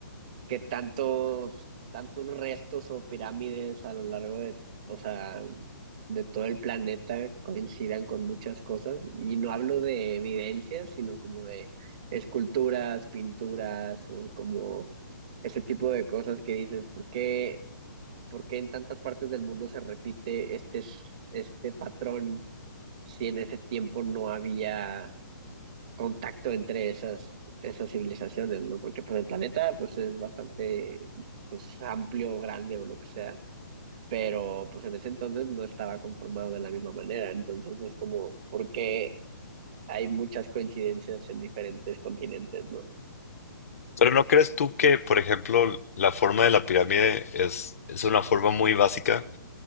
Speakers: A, on the right; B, on the left.
A: que tantos, tantos restos o pirámides a lo largo de, o sea, de todo el planeta coincidan con muchas cosas. Y no hablo de evidencias, sino como de esculturas, pinturas o como ese tipo de cosas que dices, ¿por qué, por qué en tantas partes del mundo se repite este, este patrón si en ese tiempo no había contacto entre esas, esas civilizaciones, ¿no? Porque pues el planeta pues es bastante pues amplio, grande o lo que sea, pero pues en ese entonces no estaba conformado de la misma manera, entonces es como, por qué hay muchas coincidencias en diferentes continentes, ¿no?
B: Pero ¿no crees tú que, por ejemplo, la forma de la pirámide es, es una forma muy básica